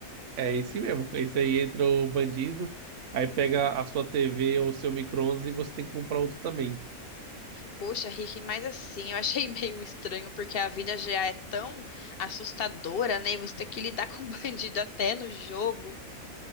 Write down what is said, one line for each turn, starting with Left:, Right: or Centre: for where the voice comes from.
Right: É esse mesmo. Esse aí entra o bandido, aí pega a sua TV ou seu micro-ondas e você tem que comprar outro também.
Left: Poxa, Rick, mas assim, eu achei <laughs> meio estranho, porque a vida já é tão assustadora, né? E você tem que lidar com <laughs> bandido até no jogo.